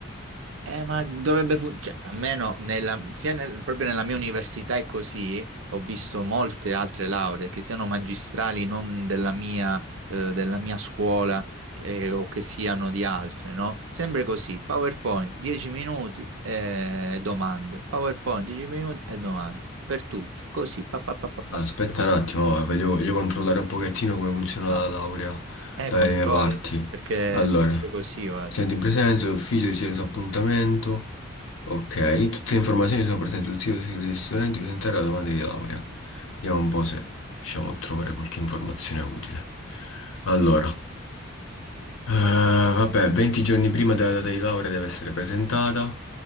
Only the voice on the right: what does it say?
Eh, ma dovrebbe funzionare, cioè, almeno nella, sia nel- proprio nella mia università è così, ho visto molte altre lauree che siano magistrali non della mia, eh, della mia scuola che- eh, o che siano di altre, no? Sempre così, PowerPoint 10 minuti e domande, PowerPoint 10 minuti e domande, per tutti, così, pa pa pa pa pa.
No,
eh,
controlla,
perché
è sempre così, guarda.